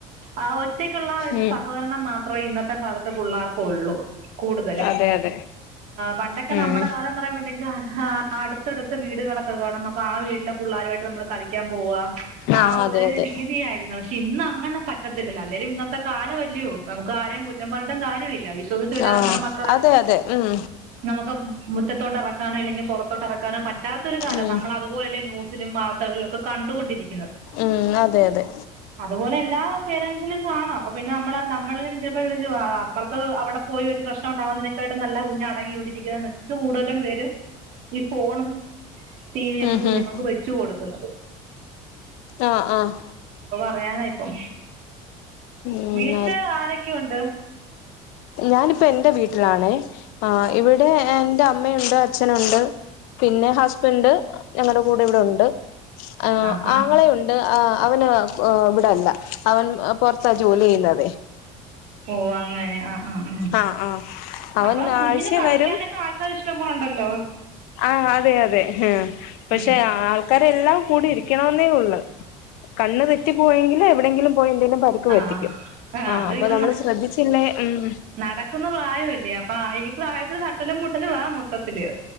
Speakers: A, on the right; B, on the left.
A: ആ ത്തേക്കുള്ള
B: ഉം
A: സഹകരണം മാത്രം അത്ര ഇന്നത്തെ കാലത്തെ പിള്ളേർക്ക ഒള്ളൂ കൂടുതലും്
B: അതെ അതെ
A: പണ്ടൊക്കെ
B: ഉം
A: നമ്മുടെ കാലം എന്ന് പറയുമ്പോ ആഹ് അടുത്തടുത്ത വീടുകളൊക്കെ കാണും അപ്പൊ ആ വീട്ടിലെ പിള്ളാരുമായിട്ട് നമ്മള് കളിക്കൻ പോവാുക
B: ആഹ്
A: ആ
B: അതെ
A: ഒരു
B: അതെ
A: രീതിയായിരുന്നു പക്ഷെ ഇന്ന അങ്ങനെ പറ്റത്തില്ലല്ലോ അല്ലെലും ഇന്നത്തെ കാലമല്ലയോ നമുക്ക് ആരെയും കുറ്റം പറാട്ടും കാലമില്ല ചോദിച്ചരു
B: ആഹ്
A: നമ്മടെ മക്കളെ
B: അതെ അതെ ഉം
A: നമുക്ക് മുറ്റത്തോട്ടറ നോ ല്ലെങ്കി പുറത്തോട്ട ഇറക്കാനോ റ്റാത്ത ഒരു കാലം
B: ഉം
A: നമ്മള അത്പോലെല്ലെ ന്യൂസ് വാർത്തകളിലൊക്കെ കണ്ടുകൊണ്ടിരിക്കും
B: ഉം അതെ അതെ
A: അതുപോലെ എല്ലാ പേരൻറ്സിലും കാണും അപ്പോൾ പിന്നെ നമ്മൾ നമ്മളും ചിലപ്പോൾ വിു അപ്പുറത്ത് അവിടെ പോയി ഒരു പ്രശ്നംണ്ടകുന്നതിനേക്കാായിട്ടും നല്ല കുഞ് അടങ്ങി ഇവിടെ ഇരിക്കുന്നെന്ന് വച്ച് കൂടുതലും പേര് ഈ ഫോൺ ടിവിയൊക്കെ
B: ഉം
A: കുഞ്ഞുങ്ങൾക്ക്
B: ഉം
A: വെച്ചു കൊടുക്കുന്നതും
B: ആഹ് ആഹ്
A: പറയാന ഇപ്പം
B: ഉം
A: വീട്ടില് ആരൊക്കെയ ഉണ്ട്
B: ഞാനിപ്പോ എൻ്റെ വീട്ടിലാണേ ആഹ് ഇവിടെ എൻ്റെ അമ്മയുണ്ട് അച്ഛനുണ്ട് പിന്നെ ഹസ്ബൻഡ് ഞങ്ങളടെ കൂടെ ഇവിടെ ഉണ്ട് ആ
A: ആഹാ
B: ആങ്ങളെയുണ്ട് ആ അവന് ഇവിടല്ല അവൻ പൊറത്താ ജോലി ചെയ്യുന്നതേ
A: ഓ അങ്ങനെ ആ ആ ആ
B: ആഹ് ആഹ് അവൻ
A: അപ്പം കുഞ്ഞിന്
B: ആഴ്ചേ
A: കളിക്കാനൊക്കെ
B: വരും
A: ആൾക്കാർ ഇഷ്ടം ഉണ്ടല്ലോ
B: ആഹ് അതെ അതെ ആ പക്ഷെ
A: ഉം
B: ആ ആക്കരെ എല്ലാം കൂടി ഇരിക്കണോന്നേ ഒള്ള് കണ്ണ് തെറ്റിപ്പോയെങ്കിൽ എവിടെയെങ്കിലും പോയി എന്തെങ്കിലും പരിക്ക്
A: ആ
B: പറ്റിക്കും ആഹ്
A: അത്
B: അപ്പൊ
A: ഇപ്പ
B: നമ്മള് ശ്രദ്ധിച്ചില്ലേ ഉം
A: നടക്കുന്ന പ്രായമല്ലേ അപ്പൊ പ്രഴത്തി തട്ടലും മുട്ടലും വാ മൊത്തത്തില്.